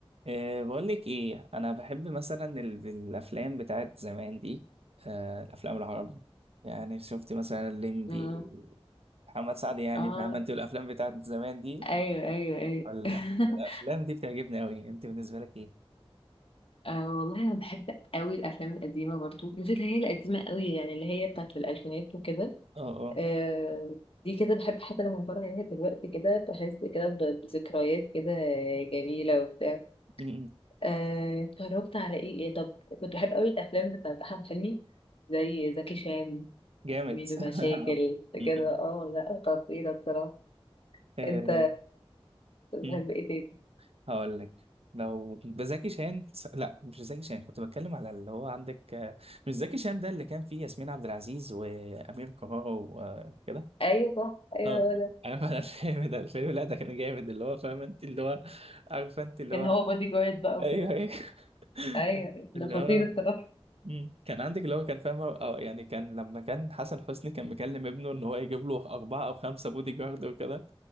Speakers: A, on the right (about 75°); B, on the left (about 65°).
A: أه بقول لك ايه انا بحب مثلا ال- الافلام بتاعت زمان دي أه الافلام العربي يعني شفت مثلا الليمبي
B: اه
A: محمد سعد يعني
B: اه
A: فاهم انت الافلام بتاعت زمان دي
B: ايوه ايوه ايوه
A: ولا
B: <laughs>
A: الافلام دي بتعجبني قوي انت بالنسبه لك ايه
B: آه والله انا بحب قوي الافلام القديمه برضو مش اللي هي القديمه قوي يعني اللي هي بتاعت الالفينات وكده
A: اه اه
B: آه دي كده بحب حتى لما بتفرج عليها دلوقتي كده بحس كده ب- بذكريات كده جميله وبتاع
A: م-م.
B: آه، اتفرجت على ايه ايه طب كنت بحب قوي الافلام بتاعت احمد حلمي زي زكي شان
A: جامد
B: ميدو
A: <laughs>
B: مشاكل
A: م-م.
B: كده اه لا خطيره بصراحه
A: أه
B: انت بتحب
A: م.
B: ايه تاني
A: هقول لك لو بزكي شان لا مش زكي شان كنت بتكلم على اللي هو عندك آه، مش زكي شان ده اللي كان فيه ياسمين عبد العزيز وامير كرارة وكده
B: ايوه صح ايوه
A: اه
B: هو ده
A: عارف انا الفيلم ده الفيلم لا ده كان جامد اللي هو فاهم انت اللي هو عارفه انت اللي
B: كان
A: هو
B: هو بودي جارد بقى وكده
A: ايوه ايوه <laughs>
B: ايوه أيوة. ده
A: اللي
B: خطير
A: هو
B: الصراحه
A: مم. كان عندك اللي هو كان فاهم أو يعني كان لما كان حسن حسني كان مكلم ابنه ان هو يجيب له اربعه او خمسه بودي جارد وكده